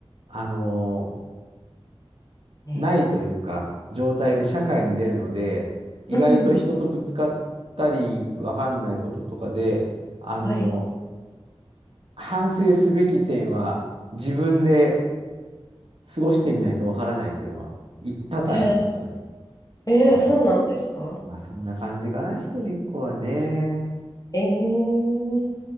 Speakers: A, on the right (about 70°); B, on the left (about 40°).
A: あのー
B: ね
A: ないというか、状態で社会に出るので、意外と人とぶつかったり、
B: うん。
A: わかんないこととかで、あのー
B: はい。
A: 反省すべき点は、自分で過ごしてみないとわからないっていうのは、い多々あります、
B: えー
A: それは。
B: えーそうなんですか
A: まあ、そんまあ、そんな感じかな、一人っ子はね。
B: ええ